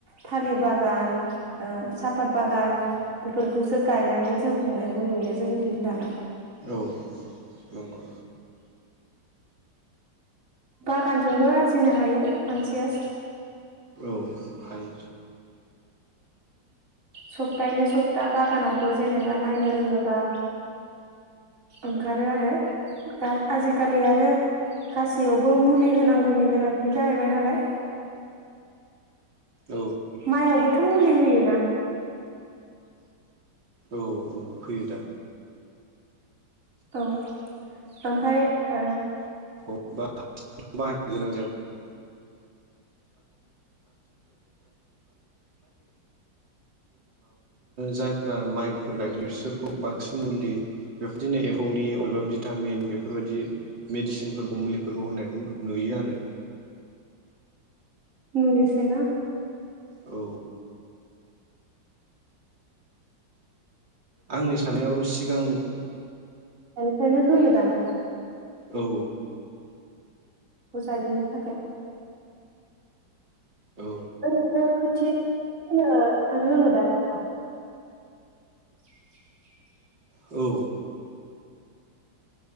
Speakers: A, on the right; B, on the right.
A: थालिर बागान ओ साफात बागान बेफोरखौसो गायनानै जिउ खुंनायखौ नुयो जों दिन दाना
B: औ नंगौ
A: बागानजोंबो आरजिनो हायो मानसिया
B: औ हायो
A: सप्तायैनो सप्ता बागानावबो जेनेबा नायनो रोङोबा ओंखारो आरो दा आजिखालि आरो गासैयावबो मुलि होनांगौनि गोनांथि जाहैबाय नालाय
B: औ
A: माइआवबो थ मुलि होयोना
B: औ औ होयोदां
A: औ ओमफ्राय ओ
B: ओ माबाफोरखौनो जायफ्रा माइफोर गायदों बिसोरखौ बांसिन मुलि बेफ बिदिनो एम्फौनि अबेबा भिटामिन बेफोरबायादि मेडिसिनफोरखौ मुलिफोरखौ होनायखौ नुयो आरो
A: मुलिसोना
B: औ आंनि थानायाव सिगां
A: बेनिखायनो होयो दाना
B: औ
A: खौ जायिनि थाखाय
B: औ
A: ओरैनो खोथिया फोनो रोङोदा नोंथांङा <inaudible>
B: औ